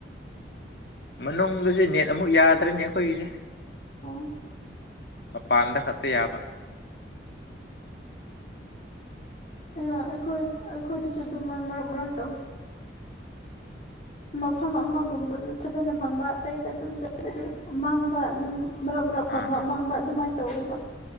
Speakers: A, on the left; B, on the left.
A: ꯃꯅꯨꯡꯗꯁꯦ ꯅꯦꯠ ꯑꯃꯨꯛ ꯌꯥꯗ꯭ꯔꯅꯦ ꯑꯩꯈꯣꯏꯒꯤꯁꯦ
B: ꯑꯣ
A: ꯃꯄꯥꯟꯗ ꯈꯛꯇ ꯌꯥꯕ
B: ꯑꯩꯈꯣꯏ ꯑꯩꯈꯣꯏꯗꯁꯨ ꯑꯗꯨꯝ ꯃ ꯃꯔꯛ ꯃꯔꯛ ꯇꯧꯏꯤ ꯃꯐꯝ ꯑꯃꯒꯨꯝꯕꯗꯨ ꯐꯖꯅ ꯐꯪꯕ ꯑꯇꯩꯗ ꯑꯗꯨꯝ ꯆꯠꯄꯗꯤ ꯃꯥꯡꯕ ꯑꯗꯨꯝ ꯃꯔꯛ ꯃꯔꯛ ꯐꯪꯕ
A: ꯑꯥ
B: ꯃꯥꯡꯕ ꯑꯗꯨꯃꯥꯏꯅ ꯇꯧꯋꯦꯕ